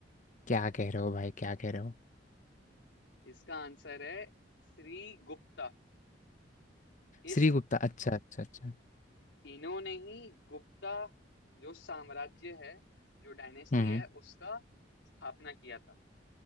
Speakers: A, on the left; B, on the left.
A: क्या कह रहे हो भाई क्या कह रहे हो
B: इसका आंसर है श्री गुप्ता इस
A: श्रीगुप्ता अच्छा अच्छा अच्छा
B: तीनों ने ही गुप्ता जो साम्राज्य है जो डायनेस्टी
A: हम्म
B: है उसका स्थापना किया था